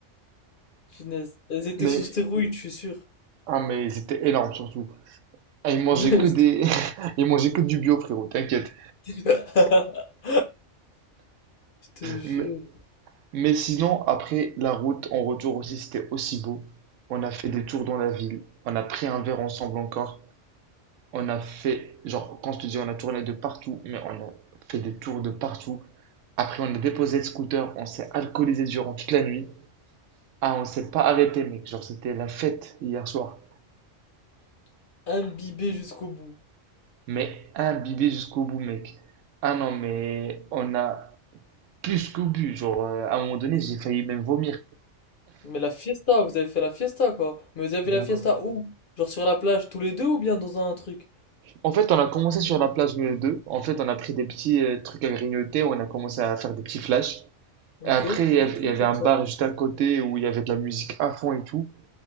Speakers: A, on the left (about 55°); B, on the right (about 85°).
A: Punaise. Elles étaient
B: Mais,
A: sous stéroïdes, je suis sûr.
B: ah, mais c'était énorme surtout. Ah, ils mangeaient
A: <laughs>
B: que des...
A: Je te
B: <laughs> Ils mangeaient que du bio, frérot, t'inquiète.
A: <laughs> je te
B: Mais,
A: jure.
B: Mais sinon, après la route, en retour aussi, c'était aussi beau. On a fait des tours dans la ville, on a pris un verre ensemble encore. On a fait, genre, quand je te dis, on a tourné de partout, mais on a fait des tours de partout. Après, on a déposé le scooter, on s'est alcoolisé durant toute la nuit. Ah, on s'est pas arrêté, mec. Genre, c'était la fête hier soir.
A: <laughs> Imbibé jusqu'au bout.
B: Mais imbibé jusqu'au bout, mec. Ah non, mais on a plus qu'au but. Genre, euh, à un moment donné, j'ai failli même vomir.
A: Mais la fiesta, vous avez fait la fiesta quoi. Mais vous avez
B: Bah,
A: fait la fiesta où? Genre sur la plage tous les deux ou bien dans un truc?
B: En fait, on a commencé sur la plage nous les deux. En fait, on a pris des petits euh, trucs à grignoter, on a commencé à faire des petits flashs.
A: Ok,
B: Et après,
A: c'est
B: il y av-
A: trop
B: il y avait
A: cool
B: un
A: ça.
B: bar juste à côté où il y avait de la musique à fond et tout.